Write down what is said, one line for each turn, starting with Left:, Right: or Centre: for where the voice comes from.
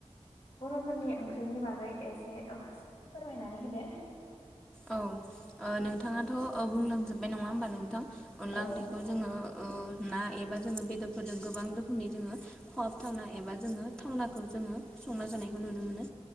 Left: बर'फोरनि ओंख्रिनि बागै एस दे फोरमायनानै होदो
Centre: औ ओ नोंथाङाथ' बुंलांजोबबाय नङा होमबा नोंथां अनला
Left: औ
Centre: ओंख्रि जोङो ना एबा जोङो बेदरफोरजों गोबां रोखोमनि जोङो खहाब थावना एबा जोङो थावनाखौ जोङो संना जानायखौ नुनो मोनो